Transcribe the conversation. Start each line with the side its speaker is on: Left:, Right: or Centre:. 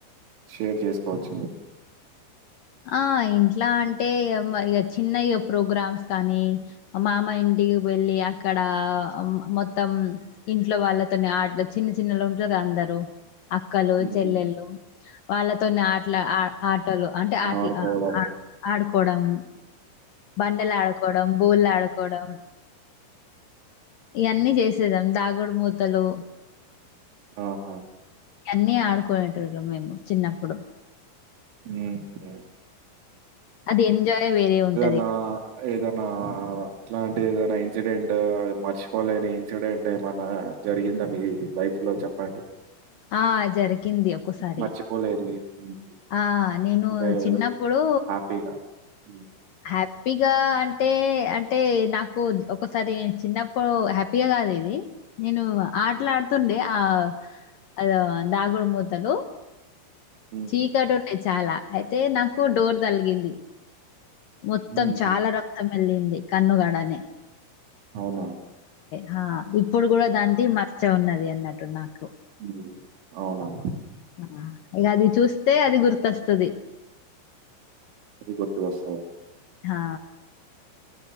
Right: షేర్ జేసుకోవచ్చు మీరు
Left: ఆ ఇంట్ల అంటే ఇగ మ చిన్నయిగ ప్రోగ్రామ్స్ అనీ మామ ఇంటికి వెళ్ళి అక్కడా ఉమ్ మ్ మొత్తం, ఇంట్లో వాళ్ళతోని ఆట చిన్న చిన్నోళ్ళు ఉంటరుగ అందరు అక్కలు,
Right: హ్మ్.
Left: చెల్లెళ్ళు వాళ్ళతోని ఆట్ల ఆ ఆటలు అంటే ట్ల
Right: ఆడుకోవడం.
Left: ఆ ఆ ఆడుకోవడం, బండలాడుకోవడం బోళ్ళాడుకోవడం ఇగన్నీ జేసేది దాగుడు మూతలు
Right: ఆహా
Left: యన్నీ ఆడుకునేటోల్లం మేము చిన్నప్పుడు.
Right: హ్మ్. హ్మ్.
Left: అది ఎంజాయే వేరే ఉంట్
Right: నా ఏదన్నా అట్లాంటి ఏదైనా ఇన్సిడెంట్ మర్చిపోలేని ఇన్సిడెంటేమన్నా జరిగిందా మీ లైఫ్ లో చెప్పండి
Left: ఆ జరిగింది ఒకసారి
Right: మర్చిపోలేనిది. హ్మ్.
Left: ఆ నేనూ
Right: అంటే
Left: చిన్నప్పుడు
Right: హ్యాపీగా. హ్మ్.
Left: హ్యాపీగా అంటే అంటే నాకు ఒకసారి చిన్నప్ ప్పుడు హ్యాపీగా గాదు ఇదీ, నేను ఆటలాడుతుండే
Right: హ్మ్.
Left: ఆ అదే దాగుడు మూతలు
Right: హ్మ్.
Left: చీకటి ఉండే చాలా, అయితే నాకు డోర్ తలిగింది. మొత్తం
Right: హుహు.
Left: చాలా రక్తం వెళ్ళింది కన్నుగాడనె
Right: అవునా
Left: హా ఇప్పుడు గూడ దాంది మచ్చ ఉన్నది అన్నట్టు నాకు.
Right: హ్మ్ అవునా
Left: ఆ ఇగ అది చూస్తే అది గుర్తొస్తది.
Right: అది గుర్తుకొస్తదా
Left: హా